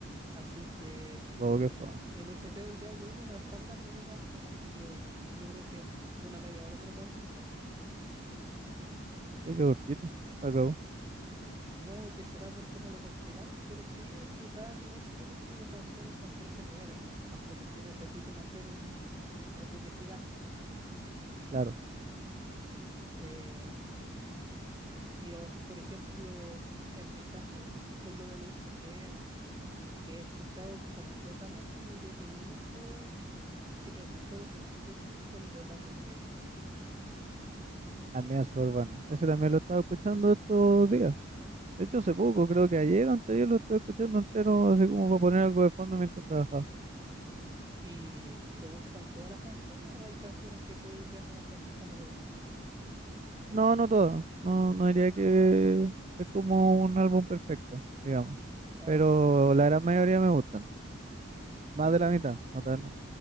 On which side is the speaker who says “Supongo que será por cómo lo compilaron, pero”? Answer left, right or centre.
Right